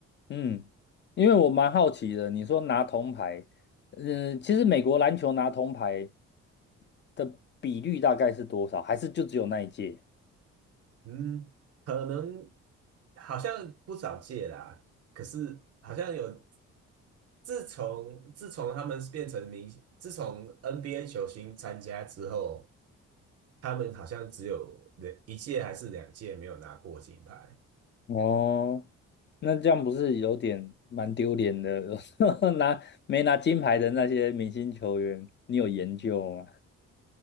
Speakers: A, on the left; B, on the right.
A: 嗯，因为我蛮好奇的，你说拿铜牌，嗯、其实美国篮球拿铜牌的比率大概是多少？还是就只有那一届？
B: 嗯，可能好像不少届啦，可是好像有，自从自从他们变成明星自从 NBA 球星参加之后，他们好像只有两一届还是两届没有拿过金牌。
A: 哦，那这样不是有点蛮丢脸的？<laughs> 拿没拿金牌的那些明星球员，你有研究吗？